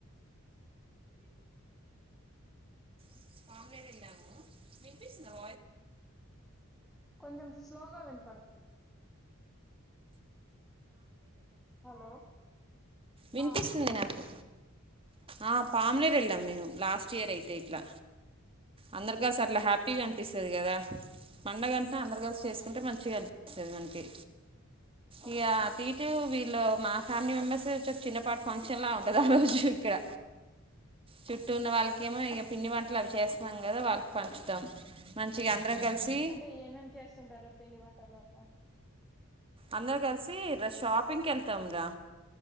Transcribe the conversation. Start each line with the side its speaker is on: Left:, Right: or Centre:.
Centre: <unintelligible>
Right: <inaudible>
Centre: కొంచం స్లోగ వినపడుతుంది హలో
Right: వినిపిస్తుంది
Centre: ఆ ఇప్పుడు వినపడుతుంది
Right: నాకు ఆ పామ్లేట్ ఎళ్ళాం మేము లాస్ట్ చియరు అయితే ఇట్లా అందరికలిసి అట్లా హ్యాపీగా అనిపిస్తది కదా పండగ అం అందరు గలిసి
Centre: అవును
Right: చేసుకుంటే మంచిగా అనిపిస్తది మనకి
Centre: ఆ
Right: ఇక అటు ఇటు వీళ్ళు మా ఫ్యామిలీ మెంబర్స్ చిన్న పాటు ఫంక్షన్ లా ఉంటది ఆ రోజు ఇక్కడ చుట్టూ ఉన్న
Centre: ఆ
Right: వాళ్ళకెమో ఇగ పిండి వంటలు అవి చేస్తున్నాం కదా వాళ్ళకి పంచుతాం మంచిగా అందరం కలిసి
Centre: అంటె ఏమేం చేస్తుంటారు పిండి వంటలు అట్లాంటివి.
Right: అందరు కల్సి ర షాపింగ్ కెళ్తం రా